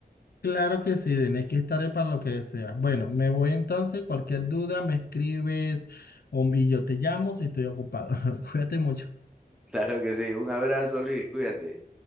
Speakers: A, on the left; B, in the centre.
A: Claro que sí, Denis, aquí estaré para lo que sea. Bueno, me voy entonces. Cualquier duda me escribes o, y yo te llamo si estoy ocupado. <laughs> Cuídate mucho.
B: Claro que sí. Un abrazo, Luis. Cuídate.